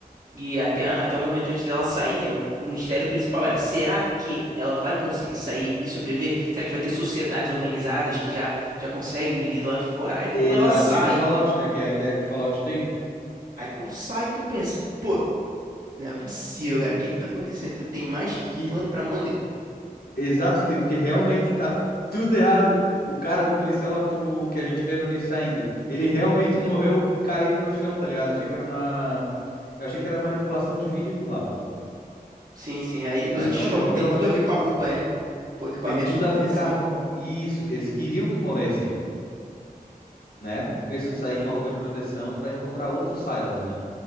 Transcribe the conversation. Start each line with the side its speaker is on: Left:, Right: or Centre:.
Right: E até, até o momento antes dela sair, né? O, o mistério principal era: será que ela vai conseguir sair e sobreviver? Será que vai ter sociedades organizadas que já, já conseguem vir do lado de fora? Aí quando
Left: Exato,
Right: ela sai,
Left: tipo Fallout, né? Que é a ideia que Fallout tem.
Right: aí quando sai, tu pensa: pô, não é possível, cara, o que que tá acontecendo? Tu tem mais
Left: Que
Right: pano pra manga?
Left: exato, tem- porque realmente tá tudo errado. O cara, o policial lá que, tu- que a gente vê no início saindo, ele realmente morreu caído no chão, tá ligado? Achei que era uma. Eu achei que era manipulação de vídeo aquilo lá, pô.
Right: Sim, sim. Aí depois
Left: Mas
Right: a gente
Left: não,
Right: descobre
Left: ele morreu
Right: que tem tudo
Left: lá mesmo.
Right: a ver com a roupa, né? Pô, equipamento
Left: Tem tudo
Right: de proteção.
Left: a ver com a ro... Isso, eles queriam que morressem, né? Porque se tu sair
Right: Sim.
Left: com uma roupa de proteção, tu vai encontrar outros silos, né?